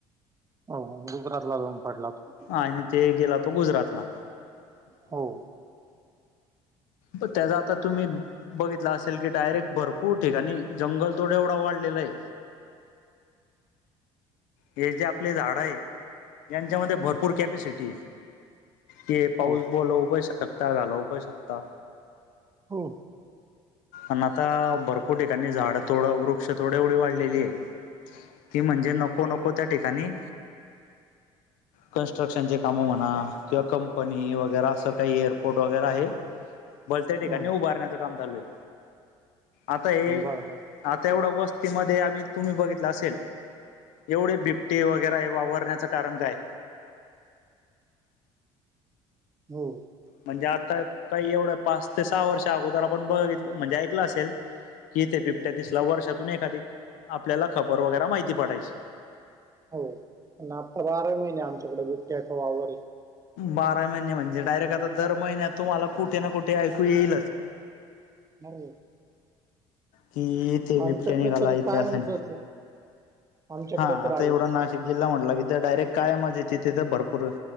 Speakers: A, on the right (about 25°); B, on the left (about 75°).
A: अ गुजरातला जाऊन पडला तो
B: आणि ते गेला तो गुजरातला.
A: हो.
B: पण ते ज आता तुम्ही बघितला असेल की डायरेक्ट भरपूर ठिकाणी जंगल तोडं एवढा वाढलेला हाय हे जे आपले झाड आहे यांनच्यामध्ये भरपूर कॅपेसिटी आहे. ते पाऊस
A: हो
B: बोलवू पण शकता घालवू पण शकता.
A: हो.
B: अन आता भरपूर ठिकाणी झाडं तोडा, वृक्ष तोड एवढी वाढलेली आहे. ती म्हणजे नको नको त्या ठिकाणी कन्स्ट्रक्शनचे कामं म्हणा, किंवा कंपनी वगैरे असं काही एअरपोर्ट वगैरा आहे? भलत्याच ठिकाणी
A: हम्म
B: उभारण्याच काम चालू आहे आता हे
A: बरोबर
B: आता एवढ्या वस्तीमध्ये आम्ही तुम्ही बघितल असेल. एवढे बिबटे वगैरा हे वावरण्याचं कारण काय?
A: हो.
B: म्हणजे आता काही एवढं पाच ते सहा वर्ष अगोदर आपण बघितलं म्हणजे ऐकल ऐकल असेल, कि इथे बिबट्या दिसला, वर्षातून एखादी आपल्याला खबर वगैरा माहिती पडायची.
A: हो अन आता बाराही महिने आमच्याकडे बिबट्या चा वावर आहे.
B: बारा ही महिने म्हणजे डायरेक्ट आता दर महिन्यात तुम्हाला कुठे ना कुठे ऐकू येईलच.
A: हो.
B: कि इथे बिबट्या
A: आमच्याकडे
B: निघाला
A: तर
B: इथं
A: कायमचच आहे आमच्याकडे
B: हा
A: तर
B: आता
A: आहेच
B: एवढा नाशिक जिल्हा म्हटल कि डायरेक्ट कळ्या मातीच्या तिथं भरपूरच